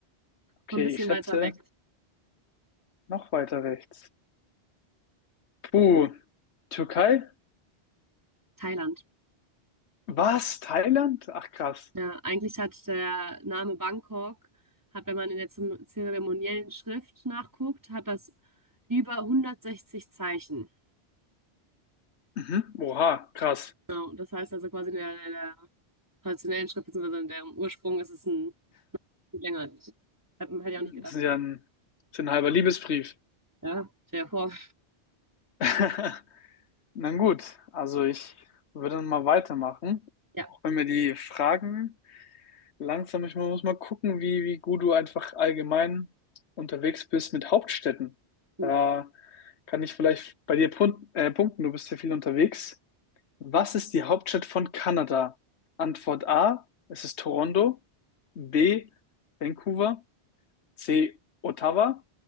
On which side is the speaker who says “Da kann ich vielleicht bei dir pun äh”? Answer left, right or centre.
Left